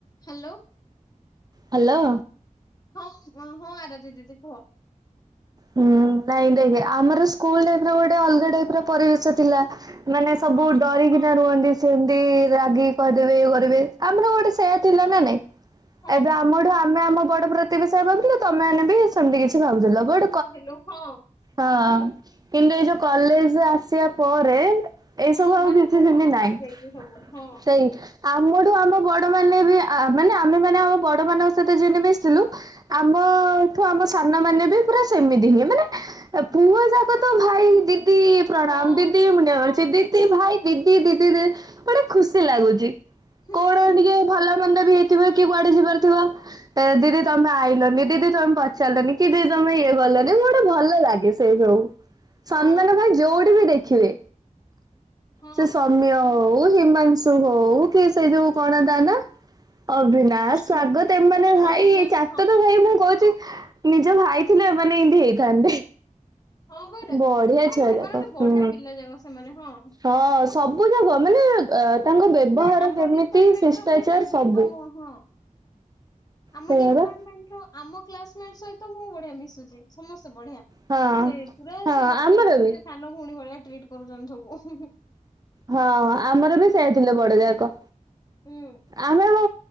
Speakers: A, on the left; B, on the right.
A: Hello.
B: Hello.
A: ହମ୍, ଅଁ, <unintelligible> ଦିଦି ଦିଦି କୁହ।
B: ହୁଁ, କାଇଁ ଦେବେ। ଆମର ସ୍କୁଲ୍ ଲାଇଫ୍ ର ଗୋଟେ ଅଲଗା ଟାଇପ୍ ର ପରିବେଶ ଥିଲା। ମାନେ ସବୁ
A: ହଁ
B: ଡରିକି ତ ରୁହନ୍ତି। ସେମିତି ରାଗିକି କହିଦେବେ ଇଏ କରିବେ। ଆମର ଗୋଟେ ସେୟା ଥିଲା ନା ନାଇଁ
A: ହଁ
B: ଏବେ ଆମଠୁ ଆମେ ଆମ ବଡ ପ୍ରତି ବିଷୟ ଭାବୁଥିଲ। ତୋମେ ମାନେ ବି ସେମିତି କିଛି ଭାବୁଥିଲ ବଡ
A: କେନ୍ତି ହେଲୁ ହଁ।
B: ହଁ କିନ୍ତୁ ଏଇ ଯୋଉ କଲେଜେ ଆସିବା ପରେ ଏଇ
A: ହଁ
B: ସବୁ ଆଉ
A: ମାନେ
B: କିଛି
A: ବହୁତ
B: ସିନ୍ତି
A: ମିଶି
B: ନାହିଁ
A: ଯାଇଛି ସବୁ ହଁ।
B: ସେଇ ଆମଠୁ ଆମ ବଡମାନେ ବି ଆ ଆ ମାନେ ଆମେମାନେ ଆମ ବଡମାନଙ୍କ ସହିତ ଯେନ୍ତି ମିଶିଥିଲୁ ଆମଠୁ ଆମ ସାନମାନେ ବି ପୁରା ସେମିତି ହିଁ ମାନେ ଏ ପୁଅଯାକ ତ ଭାଇ ଦିଦି ପ୍ରଣାମ
A: ହଁ
B: ଦିଦି ମୁଣ୍ଡିଆ ମାରୁଚି। ସିଏ ଦିଦି ଭାଇ ଦିଦି ଦିଦି ଦେ ବଢିଆ ଖୁସି ଲାଗୁଛି
A: ହୁଁ
B: କଣ
A: ହୁଁ
B: ଟିକେ ଭଲ ମନ୍ଦ ବି ହେଇଥିବ କିଏ କୁଆଡେ ଯିବାର ଥିବ ଦିଦି ତମେ ଆଇଲନି ଦିଦି ତମେ ପଚାରିଲନି କିଏ ଦି ତମେ ଇଏ ଗଲନି ମୁଁ ଗୋଟେ ଭଲ ଲାଗେ ସେଇ ସବୁ ସମ୍ନାନ
A: ହଁ
B: ଭାଇ ଯୋଉଠି ବି ଦେଖିବେ
A: ହଁ
B: ସିଏ ସୌମ୍ୟ ହଉ ହିମାଂଶୁ ତୁ ହଉ କି ସେଇ ଯୋଉ କଣ ତା ନା ଅଭି ନା ସ୍ଵାଗତ
A: ହଁ
B: ଏମାନେ ଭାଇ
A: ଅବିନାଶ,
B: ଚା <unintelligible> ଭାଇ ମୁଁ କହୁଛି ନିଜ ଭାଇ ଥିଲେ ମାନେ ଇନ୍ତି ହେଇଥାନ୍ତେ।
A: ହଁ ହଁ ପରା।
B: ବଢିଆ
A: ନାଇଁ
B: ଛୁଆଯାକ
A: ସେମାନେ ଗୋଟେ ବଢିଆ
B: ହୁଁ।
A: ପିଲା ଯାକ ସେମାନେ ହଁ
B: ହଁ ସବୁଯାକ ମାନେ ଆ ତାଙ୍କ ବେବହାର
A: ନାଇଁ ଆମ
B: ଯେମିତି
A: ଡିପାର୍ଟମେଣ୍ଟ
B: ଶିଷ୍ଟାଚାର
A: ର ମୁଁ ଜାଣିନି
B: ସବୁ।
A: ଆମ ହଁ ଆମ
B: ସେଇଆ
A: ଡିପାର୍ଟମେଣ୍ଟର
B: ବା
A: ଆମ କ୍ଲାସମେଟ୍ ସହିତ ମୁଁ ବଢିଆ ମିଶୁଚି ସମସ୍ତେ ବଢିଆ।
B: ହଁ
A: ସେଇ ପୁରା
B: ହଁ
A: ସିଏ ମତେ
B: ଆମର
A: ପୁରା
B: ବି
A: ସେ ସାନ ଭଉଣୀ ଭଳିଆ ଟ୍ରିଟ୍ କରୁଛନ୍ତି ସବୁ।
B: ହଁ ଆମର ବି ସେୟା ଥିଲେ ବଡଯାକ
A: ହୁଁ
B: ଆମର